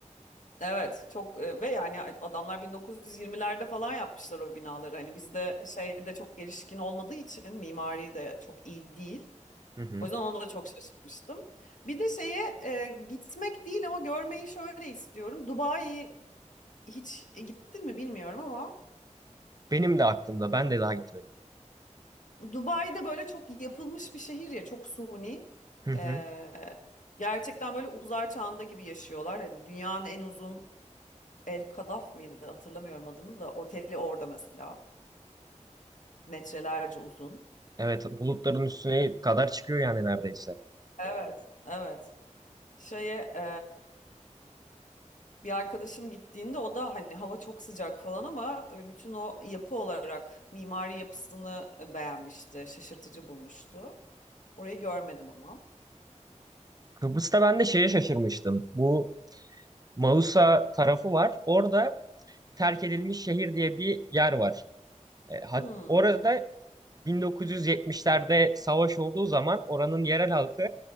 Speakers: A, on the left; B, on the right.
A: Evet çok e, ve yani adamlar 1920'lerde falan yapmışlar o binaları. Hani bizde şeyde çok gelişkin olmadığı için mimari de çok iyi değil.
B: Hı hı.
A: O yüzden ona da çok şaşırmıştım. Bir de şeye e, gitmek değil ama görmeyi şöyle istiyorum. Dubai hiç gittin mi bilmiyorum ama
B: Benim de aklımda ben de daha gitmedim.
A: Dubai'de böyle çok yapılmış bir şehir ya çok suni.
B: Hı hı.
A: E, gerçekten böyle uzay çağında gibi yaşıyorlar. Hani dünyanın en uzun El Kadaf mıydı hatırlamıyorum adını da oteli orada mesela. Metrelerce uzun.
B: Evet bulutların üstüne kadar çıkıyor yani neredeyse.
A: Evet, evet. Şeye e, bir arkadaşım gittiğinde o da hani hava çok sıcak falan ama e, bütün o yapı olarak mimari yapısını e, beğenmişti, şaşırtıcı bulmuştu. Orayı görmedim ama.
B: Kıbrıs'ta ben de şeye şaşırmıştım. Bu Mausa tarafı var. Orada terk edilmiş şehir diye bir yer var. E, hat,
A: Hmm,
B: orada 1970'lerde savaş olduğu zaman oranın yerel halkı